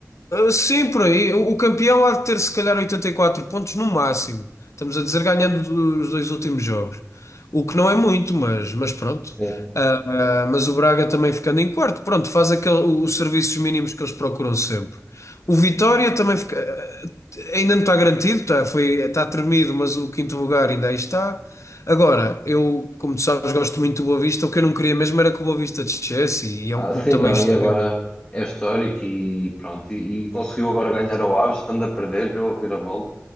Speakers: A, on the left (about 65°); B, on the left (about 15°).
A: Sim, por aí. O o campeão há de ter se calhar 84 pontos no máximo. Estamos a dizer ganhando os dois últimos jogos. O que não é muito, mas, mas pronto.
B: Sim.
A: Ah, ah, mas o Braga também ficando em quarto, pronto, faz aquele, os serviços mínimos que eles procuram sempre. O Vitória também fica, ah, ainda não está garantido, tá, foi, está tremido, mas o quinto lugar ainda aí está. Agora, eu, como tu sabes, gosto muito do Boa Vista. O que eu não queria mesmo era que o Boa Vista descesse e é
B: Ah,
A: um clube
B: sim,
A: também
B: não.
A: histórico.
B: E agora é histórico e pronto. E, e conseguiu agora ganhar ao Aves, estando a perder, deu a vira-volta.